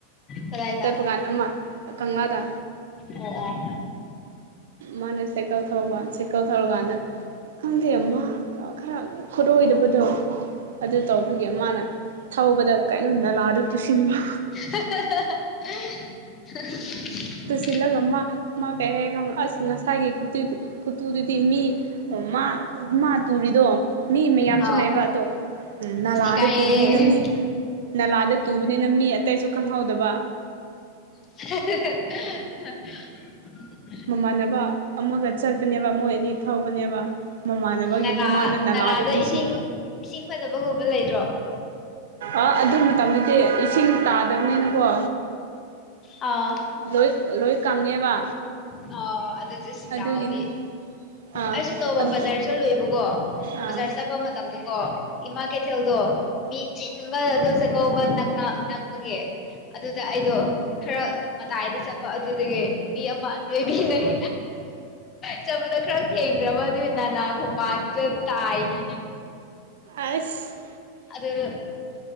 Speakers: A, on the left; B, on the right.
A: ꯀꯗꯥꯏꯗ
B: ꯇ ꯄꯀꯥꯟꯅ ꯈꯪꯉꯥ ꯇ
A: ꯑꯣ ꯑꯣ
B: ꯃꯥꯅ ꯁꯥꯏꯀꯜ ꯊ ꯁꯥꯏꯀꯜ ꯊꯧꯔꯀꯥꯟꯗ ꯈꯪꯗꯦ ꯃꯥ ꯈꯔ ꯈꯨꯗ ꯑꯣꯏꯗꯕꯗꯣ ꯑꯗꯨ ꯇꯧꯕꯒꯤ ꯃꯥꯅ ꯊꯧꯕꯗ ꯀꯩꯅꯣ ꯅꯂꯥꯗꯨ ꯇꯨꯁꯤꯟꯒ
A: <unintelligible>
B: ꯆꯜꯂꯒꯃ ꯃꯥ ꯀꯩ ꯍꯥꯏꯒ ꯑꯁ ꯅꯁꯥꯒꯤꯇ ꯈꯨꯇꯨꯗꯨꯗꯤ ꯃꯤ ꯃꯥ ꯃꯥ ꯇꯨꯔꯤꯗꯣ ꯃꯤ ꯃꯌꯥꯝꯁꯨ
A: ꯑꯥꯎ
B: ꯂꯩꯕ ꯑꯗꯣ ꯎ ꯅꯥꯂꯥꯗ
A: ꯑꯁ ꯏꯀꯥꯏꯌꯦ
B: ꯇꯨꯕꯅꯤꯅ ꯃꯤ ꯅꯂꯥꯗ ꯇꯨꯕꯅꯤꯅ ꯃꯤ ꯑꯇꯩꯁꯨ ꯈꯪꯍꯧꯗꯕ
A: <inaudible>
B: ꯁꯥꯟꯅꯕ ꯑꯃꯒ ꯆꯠꯄꯅꯦꯕ ꯃꯣꯏ ꯑꯅꯤ ꯊꯧꯕꯅꯦꯕ ꯃꯃꯥꯟꯅꯕꯒꯤ
A: ꯅꯂꯥ
B: ꯃꯃꯥꯅ ꯅꯂꯥꯗ ꯇꯨꯁꯦ
A: ꯏꯁꯤꯡ ꯏꯁꯤꯡ ꯐꯠꯇꯕꯒꯨꯝꯕ ꯂꯩꯇ꯭ꯔꯣ
B: ꯑ ꯑꯗꯨ ꯃꯇꯝꯗꯗꯤ ꯏꯁꯤꯡ ꯇꯥꯗꯕꯅꯤꯅꯀꯣ
A: ꯑꯥ
B: ꯂꯣꯏ ꯂꯣꯏ ꯀꯪꯉꯦꯕ
A: ꯑ ꯑꯗꯨꯗ ꯁ
B: ꯑꯗꯨꯒꯤꯅꯤ
A: ꯌꯥꯎꯗꯤ
B: ꯑꯥ
A: ꯑꯩꯁꯦ ꯅꯣꯡꯃ
B: ꯑꯗꯨ
A: ꯕꯖꯥꯔ ꯆꯠꯂꯨꯦꯕꯀꯣ
B: ꯑꯥ
A: ꯕꯖꯥꯔ ꯆꯠꯄ ꯃꯇꯝꯗ ꯀꯣ ꯏꯃꯥ ꯀꯩꯊꯦꯜꯗꯣ ꯃꯤ ꯆꯤꯟꯕ ꯑꯗꯨ ꯆꯥꯛꯀꯧꯕ ꯅꯛꯄꯒꯤ ꯑꯗꯨꯗ ꯑꯩꯗꯣ ꯈꯔ ꯃꯇꯥꯏꯗ ꯆꯠꯄ ꯑꯗꯨꯗꯒꯤ ꯅꯨꯄꯤ ꯑꯃ ꯂꯣꯏꯕꯤꯅꯩ ꯆꯠꯄꯗ ꯈꯔ ꯊꯦꯡꯈ꯭ꯔꯕ ꯑꯗꯨꯒꯤ ꯅꯥꯂꯥ ꯈꯣꯡꯕꯥꯟꯗ ꯇꯥꯏꯅꯤꯅꯦ
B: ꯑꯁ
A: ꯑꯗꯨꯗ